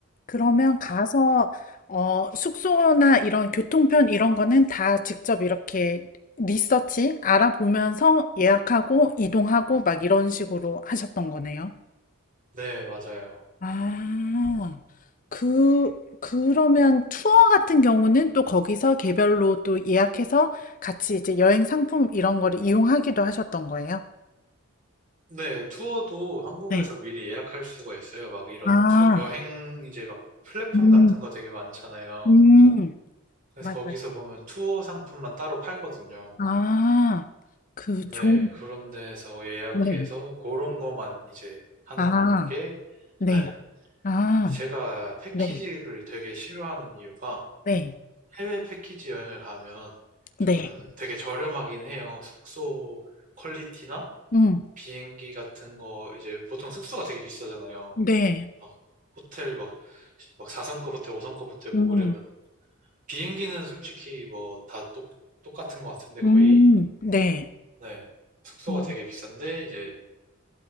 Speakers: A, on the left; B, on the right.
A: 그러면
B: 네,
A: 가서, 어, 숙소나 이런 교통편 이런 거는 다 직접 이렇게 리서치 알아보면서 예약하고 이동하고 막 이런 식으로 하셨던 거네요.
B: 네, 맞아요.
A: 아, 그 그러면 투어 같은 경우는 또 거기서 개별로 또 예약해서 같이 이제 여행 상품 이런 거를 이용하기도 하셨던 거예요?
B: 네, 투어도 한국에서
A: 네.
B: 미리 예약할 수가 있어요. 막 이런
A: 아,
B: 투, 여행 이제 막 플랫폼
A: 음,
B: 같은 거 되게 많잖아요.
A: 음,
B: 그래서
A: 맞아요.
B: 거기서 보면 투어 상품만 따로 팔거든요.
A: 아, 그
B: 네,
A: 좋은,
B: 그런 데서 예약해서
A: 네.
B: 그런 거만 이제 하는
A: 아,
B: 게,
A: 네.
B: 네.
A: 아,
B: 제가 패키지를
A: 네.
B: 되게 싫어하는 이유가
A: 네.
B: 해외 패키지 여행을 가면 좀
A: 네.
B: 되게 저렴하긴 해요. 숙소 퀄리티나
A: 음,
B: 비행기 같은 거, 이제 보통 숙소가 되게 비싸잖아요.
A: 네.
B: 막 호텔 막, 막 4성급 호텔, 5성급 호텔 묵으려면
A: 음,
B: 비행기는 솔직히 뭐 다 똑, 똑같은 것 같은데 거의.
A: 음, 네.
B: 네. 숙소가
A: 음,
B: 되게 비싼데 이제